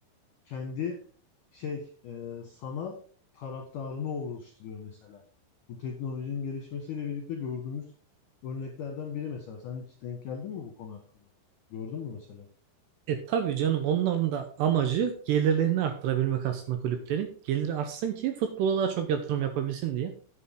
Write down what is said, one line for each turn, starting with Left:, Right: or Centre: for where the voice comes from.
Left: kendi şey e, sanal taraftarını oluşturuyor mesela. Bu teknolojinin gelişmesiyle birlikte gördüğümüz örneklerden biri mesela. Sen hiç denk geldin mi bu konu hakkında? Gördün mü mesela?
Right: E tabii canım onların da amacı gelirlerini arttırabilmek aslında kulüplerin. Geliri artsın ki futbola daha çok yatırım yapabilsin diye